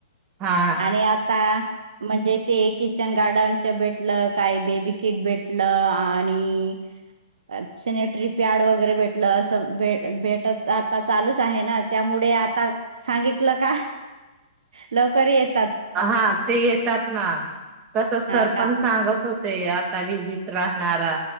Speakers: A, on the right (about 30°); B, on the right (about 70°).
A: हा
B: आणि आता म्हणजे ते किचन गार्डनचं भेटलं काही बेबी, किट भेटलं आणि अ सॅनिटरी पॅड वगैरे भेटलं असं भेट भेटतं आता चालूच आहे ना त्यामुळे ते आता सांगितल का लवकर येत.
A: आ हा ते येतात ना तसंच
B: हा
A: सरपंच
B: का
A: सांगत होते. कवी जीत राहणारा